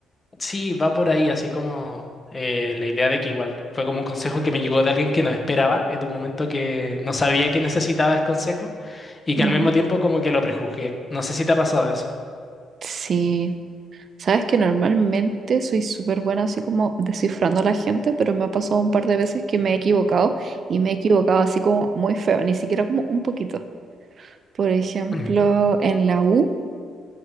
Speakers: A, on the left; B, on the right.
A: Sí, va por ahí, así como eh, la idea de que igual fue como un consejo que me llegó de alguien que no esperaba en un momento que no sabía que necesitaba el consejo y que
B: No.
A: al mismo tiempo como que lo prejuzgué. No sé si te ha pasado eso.
B: Sí. Sabes que normalmente soy súper buena así como descifrando a la gente, pero me ha pasado un par de veces que me he equivocado y me he equivocado así como muy feo, ni siquiera como un poquito. Por ejemplo,
A: Mm.
B: en la U,